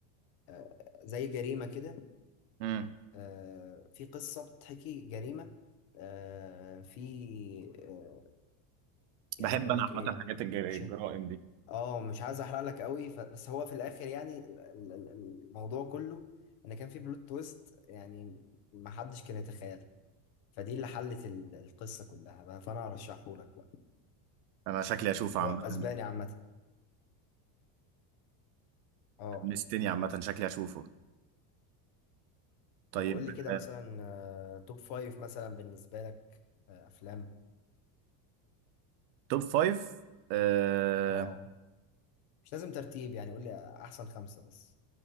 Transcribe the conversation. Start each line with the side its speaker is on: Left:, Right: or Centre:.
Left: آه، زي جريمه كده
Right: امم
Left: آه، في قصه بتحكي جريمه آه، في آه، يعني
Right: بحب
Left: اقول
Right: انا
Left: لك
Right: عامه
Left: ايه
Right: حاجات الج- الجرائم
Left: مش
Right: دي
Left: اه مش عايز احرق لك قوي ف... بس هو في الاخر يعني ال- ال- ال- الموضوع كله ان كان في بلوت تويست يعني ما حدش كان يتخيلها فدي اللي حلت ال- القصه كلها بقى فانا هرشحهولك بقى
Right: انا شكلي اشوفه عامه
Left: هو اسباني عامة اه
Right: حمستني عامه شكلي اشوفه طيب
Left: طب قول لي كده
Right: آه،
Left: مثلا آه، توب فايف مثلا بالنسبة لك آه، افلام
Right: توب فايف أه
Left: اه مش لازم ترتيب يعني قول لي احسن خمسة بس